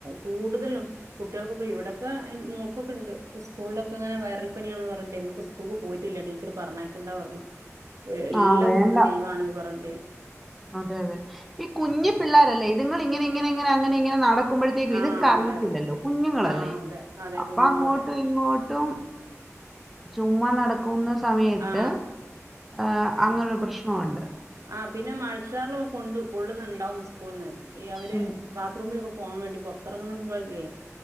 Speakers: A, on the right (about 75°); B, in the centre.
A: കൂടുതലും കുട്ടികൾക്കൊക്കെ ഇവിടെക്കെ മോള്ക്ക്കെ ഉണ്ട്. സ്കൂളിലൊക്കെങ്ങനെ വയറൽ പനിയാണ് പറഞ്ഞ്ടെ ഇന്പ്പം സ്കൂൾക്ക് പോയിട്ടില്ല ടീച്ചർ പറഞ്ഞക്കണ്ടാ പറഞ്ഞു. എല്ലാ
B: ആ വേണ്ട
A: കുട്ടികളും ലീവാണ് പറഞ്ഞട്ടെ.
B: അതെ അതെ ഈ കുഞ്ഞു പിള്ളോരല്ലേ ഇത്ങ്ങ ഇങ്ങനെ ഇങ്ങനെ ഇങ്ങനെ അങ്ങനെ ഇങ്ങനെ നട ആക്കുമ്പോഴത്തേക്കും ഇത്
A: ആ
B: അറിയത്തില്ലല്ലോ
A: അതെ അതെ
B: കുഞ്ഞുങ്ങളല്ലേ
A: ആ അതെ അതെ
B: അപ്പൊ
A: കുഞ്ഞുങ്ങളല്ലേ
B: അങ്ങോട്ടും ഇങ്ങോട്ടും. ഏറ്റവും ചുമ് നടക്കുന്ന സമയത്ത്.
A: ആ
B: ആഹ അങ്ങനൊരു പ്രശ്നമുണ്ട്.
A: ആ പിന്നെ മഴച്ചാറിലൊക്കെ കൊണ്ട കൊള്ളുന്നുണ്ടാവും സ്കൂളന്ന് ഈ അവര്
B: ഉം.
A: റൂമിലൊക്കെ പോവാൻ വേണ്ടി പുറത്തിറങ്ങുപംലൊ